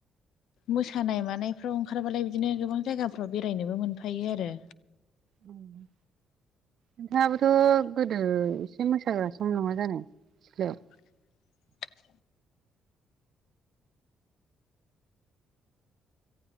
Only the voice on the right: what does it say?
उम। नोंथाङाबोथ' गोदो एसे मोसाग्रासोमोन नङा जानो सिख्लायाव?